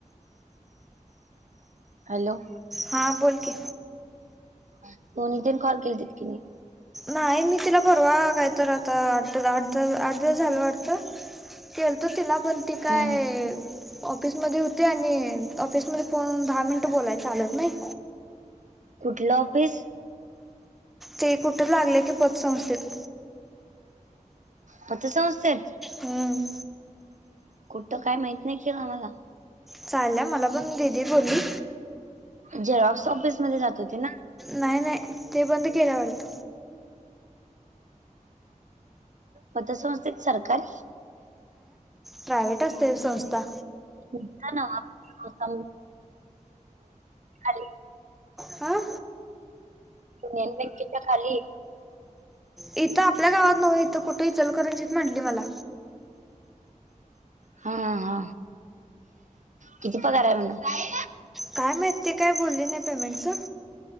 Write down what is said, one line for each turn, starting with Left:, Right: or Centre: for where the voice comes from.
Right: हॅलो
Centre: हा बोल की
Right: तो नितीला कॉल केलीतस की नाही
Centre: नाही मी तिला परवा कायतर आता आठ आठ दिवस झालं वाटत केलतो तिला पण ती काय
Right: हम्म
Centre: ऑफिसमध्ये होती आणि ऑफिसमध्ये फोन दहा मिनटं बोलाय चालत नाही
Right: कुठलं ऑफिस?
Centre: ते कुठे लागले की पतसंस्थेत
Right: पतसंस्थेत
Centre: हं.
Right: कुठतं काय माहित नाही के ग आम्हाला.
Centre: चालल्या मला पण दिदी बोली.
Right: झेरॉक्स ऑफिसमध्ये जात होती ना?
Centre: नाही नाही ते बंद केल्या वाटत.
Right: पतसंस्थेत सरकारी
Centre: प्रायवेट असेल संस्था.
Right: तस न्हव संस्था <inaudible>
Centre: हां
Right: युनियन बँकेच्या खाली
Centre: इथं आपल्या गावात नवं इथं कुठं इचलकरंजीत म्हांडली मला.
Right: हा हा किती पगार आहे म्हण
Centre: काय ते काय बोलले नाही पेमेंटचं.